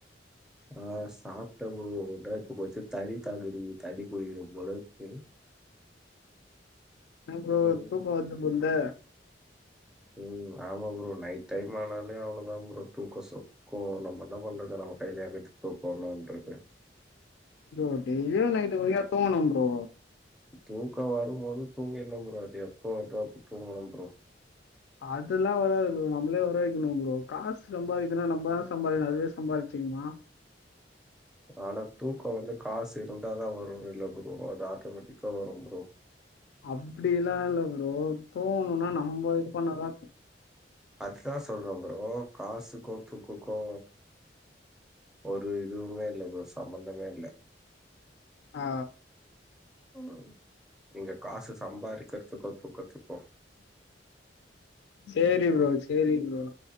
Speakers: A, in the centre; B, on the left (about 70°).
A: ஆ சாப்ட்டே ப்ரோ இப்ப கொஞ்ச தண்ணி தாகோ எடுக்குது தண்ணி குடிக்குனு போல இருக்கு
B: இன்ன ப்ரோ
A: ம்
B: தூக்கோ <unintelligible>
A: ம் ஆமா ப்ரோ நைட் டைம் ஆனாலே அவ்ளோதா ப்ரோ தூக்கோ சொக் கோ நம்ம என்ன பண்றது நம்ம கைலா இருக்கு தூக்கோ வர்ணுன்றது
B: ப்ரோ டெய்லியு நைட்டு <inaudible> தூங்கணு ப்ரோ
A: தூக்கோ வரும்போது தூங்கின்னு ப்ரோ அது எப்ப வருதோ அப்ப தூங்கனு ப்ரோ
B: அதுல்லா வராது ப்ரோ நம்ளே வர வைக்கணு ப்ரோ காசு சம்பாரிக்கனுனா நம்பதா சம்பாரிக்கணு அதுவே சம்பாரிச்சிக்குமா
A: அனால தூக்கோ வந்து காசு இருந்தாதா வருன்னு இல்ல ப்ரோ அது ஆட்டோமேட்டிக்கா வரும் ப்ரோ
B: அப்டி எல்லா இல்ல ப்ரோ தூங்குணுனா நம்ப இது பண்ணா தா
A: அதுதா சொல்றோ ப்ரோ காசுக்கு தூக்குக்கு ஒரு இதுவுமே இல்ல இப்ப சம்மந்தமே இல்ல
B: ஆ
A: ம் நீங்க காசு சம்பாரிக்கறத்துக்கு தூக்கத்துக்கு
B: சேரி ப்ரோ சேரி ப்ரோ